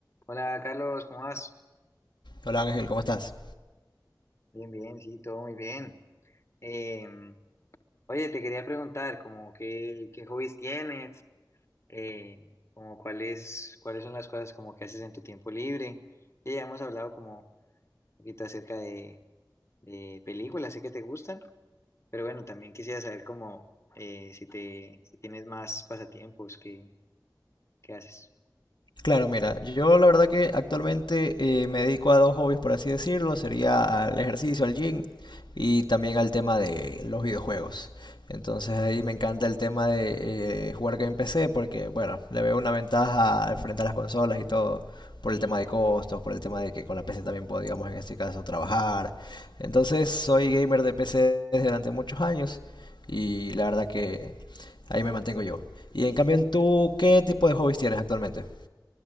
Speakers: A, on the left (about 35°); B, on the left (about 80°).
A: Hola Carlos, ¿cómo vas?
B: Hola Ángel, ¿cómo estás?
A: Bien, bien, sí, todo muy bien. Eh, oye, te quería preguntar, como qué, qué hobbies tienes, eh, como cuáles, cuáles son las cosas como que haces en tu tiempo libre. Sí, ya hemos hablado como un poquito acerca de, de películas, sé que te gustan, pero bueno, también quisiera saber como eh, si te, si tienes más pasatiempos, qué, qué haces.
B: Claro, mira, yo la verdad que actualmente eh, me dedico a dos hobbies, por así decirlo, sería al ejercicio, al gym y también al tema de los videojuegos. Entonces ahí me encanta el tema de eh, jugar que en PC porque, bueno, le veo una ventaja al frente a las consolas y todo, por el tema de costos, por el tema de que con la PC también puedo, digamos, en este caso, trabajar. Entonces soy gamer de PC desde durante muchos años y la verdad que Ahí me mantengo yo. Y en cambio, ¿en tú qué tipo de hobbies tienes actualmente?